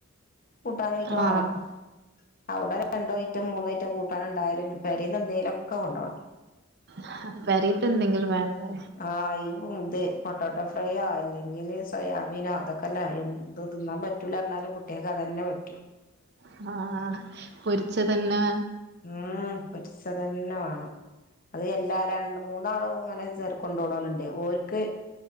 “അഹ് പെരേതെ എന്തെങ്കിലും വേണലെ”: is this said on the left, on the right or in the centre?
Right